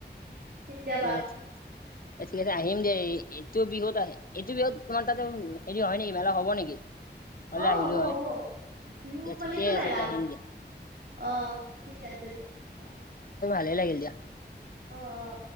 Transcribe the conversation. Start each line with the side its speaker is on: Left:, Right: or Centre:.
Right: কেতিয়াবা
Left: মানে অ ঠিক আছে। আহিম দেই এইটো বিহুত আহে এইটো বিহুত তোমাৰ তাতে হেৰি হয় নেকি মেলা হব নেকি। হ'লে
Right: অ
Left: আহিলো
Right: হ'ব হ'ব
Left: হয়
Right: বিহু
Left: দিয়া
Right: মানটো
Left: ঠিকে
Right: মেলা।
Left: আছে দিয়া আহিম দিয়া
Right: আহ ঠিক আছে দে অ।
Left: ভাল লাগিল দিয়া।
Right: অ অ।